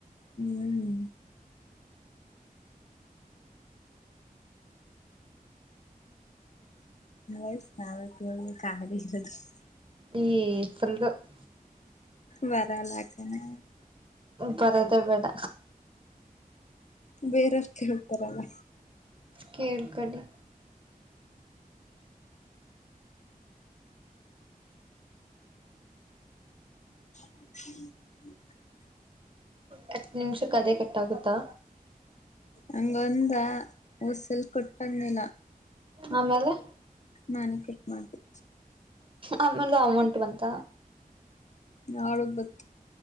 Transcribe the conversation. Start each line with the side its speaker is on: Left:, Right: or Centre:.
Left: ಹ್ಮ್ಮ್. <unintelligible>
Right: ಈ <unintelligible>
Left: ಬರಲ್ಲ ಕಣೆ.
Right: ಬರೋದೇ ಬೇಡ.
Left: ಬೇರೆಯವ್ರ್ ಕೇಳ್ತಾರಲ್ಲ
Right: ಕೇಳಕಲ್ಲಿ
Left: <inaudible>
Right: ಹತ್ತು ನಿಮಿಷಕ ಅದೆ ಕಟ್ಟಾಗುತ್ತಾ.
Left: ಹಂಗೊಂದ ಉಸಿಲ್ ಕೊಟ್ಟಂಗಿಲ್ಲ.
Right: ಆಮೇಲೆ.
Left: ನಾನು ಪಿಕ್ ಮಾಡಿದೆ.
Right: ಆಮೇಲೆ ಅಮೌಂಟ್ ಬಂತ.
Left: ಅವಳಗ್ ಬತ್ತು